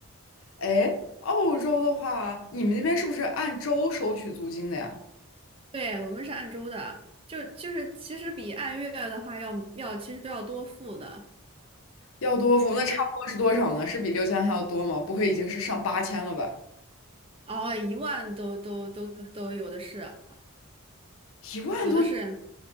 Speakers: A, on the left; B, on the right.
A: 哎，澳洲的话，你们那边是不是按周收取租金的呀？
B: 对，我们是按周的，就就是其实比按月的话要要其实都要多付的，
A: 要多付，
B: 因为
A: 那差不多是多少呢？是比六千还要多吗？不会已经是上八千了吧？
B: 哦一万都都都可都有的是，
A: 一万多
B: 有的是，